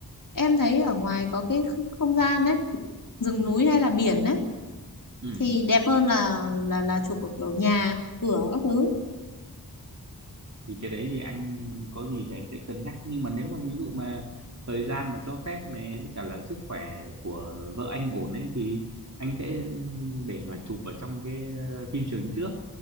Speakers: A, on the left; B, on the right.
A: em thấy ở ngoài có cái kh- không gian đấy rừng núi hay là biển đấy
B: ừ
A: thì đẹp hơn là là là chụp ở kiểu nhà cửa các thứ
B: thì cái đấy thì anh có gì thì anh sẽ cân nhắc nhưng mà nếu mà ví dụ mà thời gian mà cho phép này với cả là sức khỏe của vợ anh ổn ấy thì anh sẽ để mà chụp ở trong cái ờ, phim trường trước